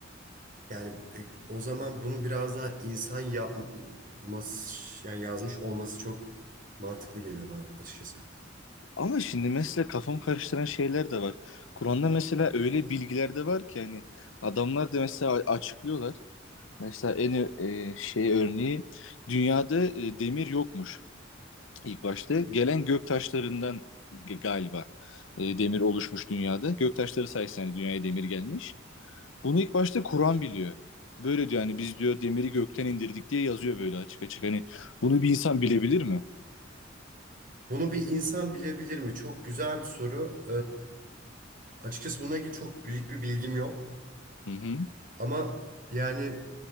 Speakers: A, on the right (about 45°); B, on the left (about 75°).
A: Yani e, o zaman bunu biraz daha insan yapması, yani yazmış olması çok mantıklı geliyor bana açıkçası.
B: Ama şimdi mesela kafam karıştıran şeyler de var. Kur'an'da mesela öyle bilgiler de var ki hani adamlar da mesela a- açıklıyorlar. Mesela en ö- e, şey örneği dünyada e, demir yokmuş ilk başta. Gelen gök taşlarından g- galiba e, demir oluşmuş dünyada. Gök taşları sayesinde hani dünyaya demir gelmiş. Bunu ilk başta Kur'an biliyor. Böyle diyor hani biz diyor demiri gökten indirdik diye yazıyor böyle açık açık. Hani bunu bir insan bilebilir mi?
A: Bunu bir insan bilebilir mi? Çok güzel bir soru. Ee, açıkçası buna ilgili çok büyük bir bilgim yok.
B: Hı hı.
A: Ama yani